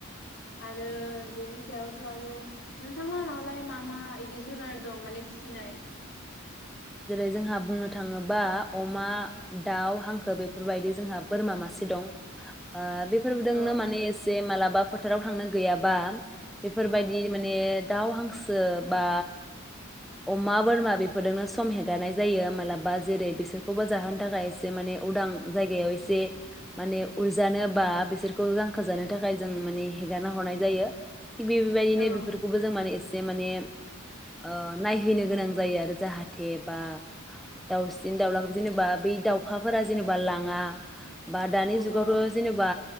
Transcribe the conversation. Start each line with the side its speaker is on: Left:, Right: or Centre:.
Left: आरो बेनि सायावथ' आरो नोंथां लानावलाय मा मा बिदि जुनार दं माने फिसिनाय?
Centre: जेरै जोंहा बुंनो थाङोबा अमा, दाउ, हांखो बेफोरबायदि जोंहा बोरमा मासे दं ओ बेफोरजोंनो
Left: औ
Centre: माने एसे मालाबा फोथाराव थांनो गैयाबा बेफोरबायदि
Left: औ
Centre: माने दाउ हांसो बा अमा बोरमा बेफोरजोंनो सम हेगारनाय जायो मालाबा जेरै बिसोरखौबो जाहोनो थाखाय से माने उदां जायगायाव एसे माने उरजानो बा बिसोरखौ गांखोजानो थाखाय जों माने हेगारना हरनाय जायो थिग बेबायदिनो
Left: औ
Centre: बेफोरखौबो जों माने एसे माने ओ नायहैनो गोनां जायो आरो जाहा थे बा दाउसिन-दाउला जेनेबा बै दाउखाफोरा जेनेबा लाङा बा दानि जुगावथ'
Left: औ
Centre: जेनेबा